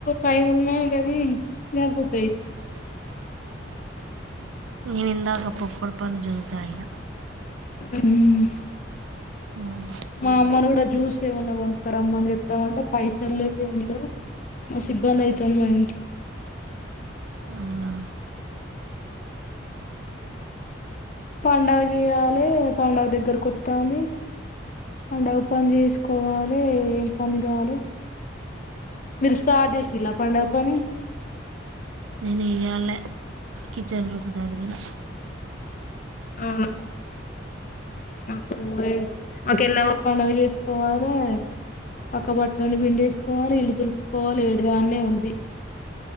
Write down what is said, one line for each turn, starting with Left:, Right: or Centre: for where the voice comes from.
Left: టైం ఉన్నా కాని తినబుద్ధి అయి
Right: నేను ఇందాక <unintelligible> పండు జ్యూస్ తాగిన
Left: హ్మ్మ్
Right: మ్
Left: మా అమ్మని కూడా జ్యూస్ ఏమైన్నా కొనుక్కారమ్మని చెప్దామంటే పైసలు లేవు ఏం లేవ్ మస్త్ ఇబ్బంది అవుతుంది మా ఇంట్లో
Right: అవునా
Left: పండగ చేయాలి పండగ దగ్గర కొస్తాంది పండగ పని చేసుకోవాలే ఏం పని కాలే మీరు స్టార్ట్ చేసింలా పండగ పని
Right: నేన్ ఇయాలే కిచెన్ రూమ్ జదిరిన
Left: ఆ నాకూ ఒకే ఎలా పండగ చేసుకోవాలే పక్క బట్టలని పిండేసుకోవాలి ఇల్లు దులుపుకోవాలి ఏడిదాన్నే ఉంది